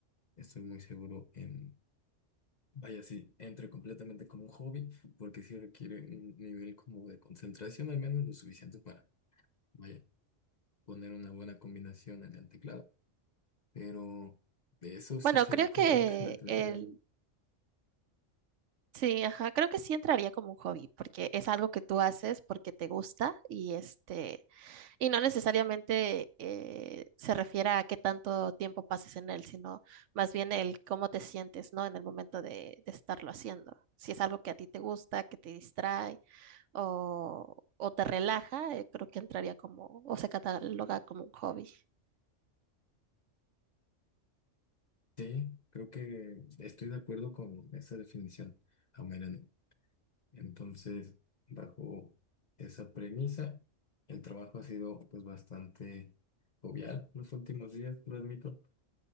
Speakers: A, on the left; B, on the right.
A: estoy muy seguro en, vaya, si entre completamente como un hobby, porque sí requiere un nivel como de concentración, al menos lo suficiente para, vaya, poner una buena combinación en el teclado, pero de eso sí
B: bueno,
A: sería
B: creo
A: como
B: que
A: algo que me entretiene
B: el,
A: a mí.
B: sí, ajá, creo que sí entraría como un hobby, porque es algo que tú haces porque te gusta y este, y no necesariamente eh, se refiere a qué tanto tiempo pases en él, sino más bien el cómo te sientes, ¿no? En el momento de, de estarlo haciendo. Si es algo que a ti te gusta, que te distrae o, o te relaja, eh, creo que entraría como, o se cataloga como un hobby.
A: Sí, creo que estoy de acuerdo con esa definición. Amén. Entonces, bajo esa premisa, el trabajo ha sido pues bastante jovial los últimos días, lo admito.